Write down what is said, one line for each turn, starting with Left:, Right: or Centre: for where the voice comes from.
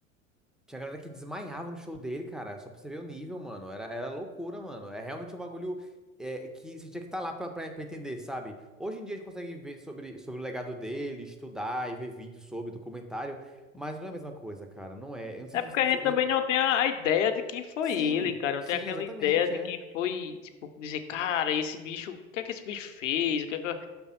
Centre: Tinha galera que desmaiava no show dele, cara. Só pra você ver o nível, mano. Era, era loucura, mano. É realmente um bagulho é, que você tinha que estar lá pra, pra, pra entender, sabe? Hoje em dia a gente consegue ver sobre, sobre o legado dele, estudar e ver vídeo sobre, documentário. Mas não é a mesma coisa, cara. Não é. Eu não sei
Left: É porque
Centre: se você...
Left: a
Centre: se-
Left: gente também
Centre: eu-
Left: não tem a, a ideia de quem foi
Centre: Sim,
Left: ele, cara. Não
Centre: sim,
Left: tem aquela
Centre: exatamente,
Left: ideia de
Centre: é.
Left: quem foi, tipo, dizer, cara, esse bicho, o que é que esse bicho fez? O que é que...